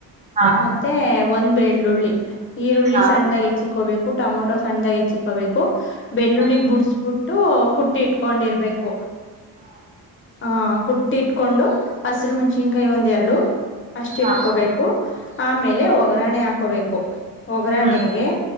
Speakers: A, on the right; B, on the left.
A: ಹಾ
B: ಮತ್ತೆ ಒಂದ್ ಬೆಳ್ಳುಳ್ಳಿ ಈರುಳ್ಳಿ
A: ಹಾ
B: ಸಣ್ಣಾಗ ಹೆಚ್ಚಿಕ್ಕ ಹೋಬೇಕು ಹ ಟಮಟೊೋ ಸಣ್ಣದಾಗ ಹೆಚ್ಚಿಕೋಬೇಕು ಬೆಳ್ಳುಳ್ಳಿ
A: ಹಾ
B: ಬುಡ್ಸ್ಬಿಟ್ಟು ಕುಟ್ಟಿ ಇಟ್ಕೊಂಡಿರ್ಬೇಕು ಹ ಕುಟ್ಟಿ ಇಟ್ಕೊಂಡು ಹಸಿರು ಮೆಣ್ಸಿನ್ಕಾಯಿ ಒಂದ್ೆರಡು ಅಷ್ಟ
A: ಹಾ
B: ಇಟ್ಕೋಬೇಕು ಆಮೇಲೆ ಒಗ್ಗರಣೆ ಹಾಕೋಬೇಕು ಒಗ್ರಣೆಗೆ
A: ಹ್ಮ್